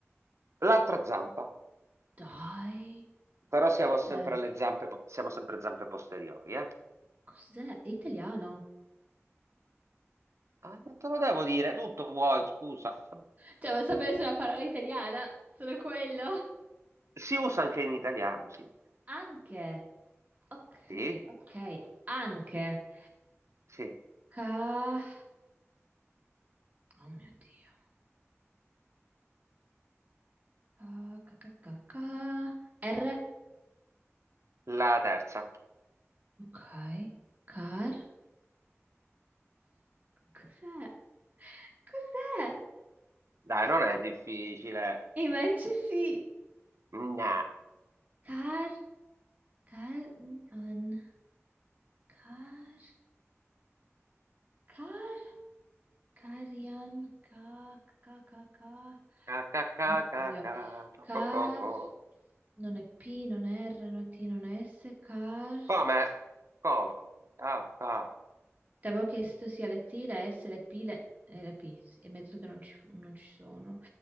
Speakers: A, on the right; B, on the right.
A: L'altra zampa,
B: Dai, ma
A: però
B: cos'è?
A: siamo sempre alle zampe, siamo sempre zampe posteriori, eh?
B: Cos'è? È italiano.
A: Ah, non te lo devo dire, tutto vuoi, scusa.
B: Cioè, vuoi sapere se è una parola italiana? Solo quello.
A: Si usa anche in italiano, sì.
B: Anche. Ok,
A: Sì,
B: ok. Anche.
A: sì.
B: Ca... Oh mio Dio. Ca, ca, ca, ca, ca. R.
A: La terza.
B: Ok. Car. Cos'è? Cos'è?
A: Dai, non è difficile.
B: Invece sì.
A: Gna.
B: Car, car, an, car, car, carian, ca, ca, ca, ca.
A: Ca, ca, ca,
B: Oddio.
A: ca, ca, co,
B: Car,
A: co, co, co.
B: non è P, non è R, non è T, non è S, car.
A: Come? Come? Ah, ah,
B: Ti avevo chiesto sia le T, le S, le P, le, e le P, sì, e mi ha detto che non ci, non ci sono.